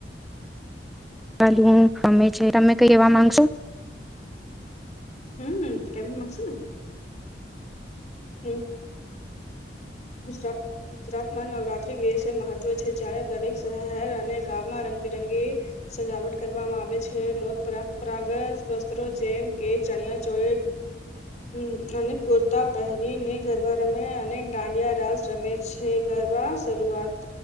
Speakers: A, in the centre; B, on the left.
A: ક હું તમે છે તમે કઈ એવા માંગશો?
B: હમ કેમ માંગસુ ને. હમ. ગુજરાત ગુજરાતમાં નવરાત્રી વિશે મહત્વ છે જય્યારે દરેક શહેર અને ગામમાં રંગબેરંગી સજાવટ કરવામાં આવે છે લોક પરંપરાગત વસ્ત્રો જેમ કે ચણિયાચોળી. હમ અને કુર્તા પહેરીને ગરબા રમે અને દાંડિયા રાસ રમે છે ગરબા શરૂઆત